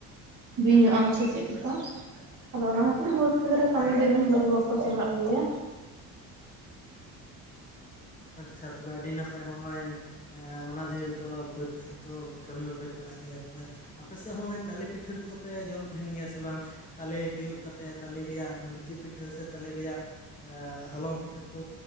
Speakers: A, on the right; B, on the left.
A: ᱵᱤᱧᱚᱜ ᱟᱢ ᱥᱮ ᱪᱮᱫ ᱠᱚ ᱟᱫᱚ ᱚᱱᱟ ᱠᱷᱟᱹᱛᱤᱨ ᱵᱟᱹᱫᱽ ᱠᱷᱮᱛᱨᱮ ᱠᱟᱹᱢᱤ ᱫᱚ ᱤᱱᱟᱹ ᱦᱤᱞᱳᱜ ᱫᱚ ᱵᱟᱠᱚ ᱪᱟᱞᱟᱜ ᱜᱮᱭᱟ᱾
B: ᱟᱪᱪᱷᱟ ᱛᱚᱵᱮ ᱟᱹᱰᱤ ᱱᱟᱯᱟᱭ ᱦᱚᱸᱜᱼᱚᱭ ᱦᱮᱸ ᱚᱱᱟ ᱫᱤᱱ ᱨᱮᱫᱚ ᱵᱟᱹᱫᱽ ᱠᱷᱮᱛ ᱫᱚ ᱠᱟᱹᱢᱤ ᱵᱟᱯᱮ ᱪᱟᱞᱟᱜ ᱜᱮᱭᱟ ᱛᱚᱵᱮ ᱟᱯᱮ ᱥᱮᱫ ᱦᱚᱸᱜᱼᱚᱭ ᱛᱟᱞᱮ ᱯᱤᱴᱷᱟᱹ ᱠᱚᱫᱚᱯᱮ ᱡᱚᱢ ᱛᱟᱦᱮᱱ ᱜᱮᱭᱟ ᱥᱮ ᱵᱟᱝ? ᱛᱟᱞᱮ ᱛᱤᱭᱳᱜ ᱠᱟᱛᱮᱫ ᱛᱟᱞᱮ ᱨᱮᱭᱟᱜ ᱞᱩᱪᱤ ᱯᱤᱴᱷᱟᱹ ᱥᱮ ᱛᱟᱞᱮ ᱨᱮᱭᱟᱜ ᱦᱚᱞᱚᱝ ᱯᱤᱴᱷᱟᱹ ᱠᱚ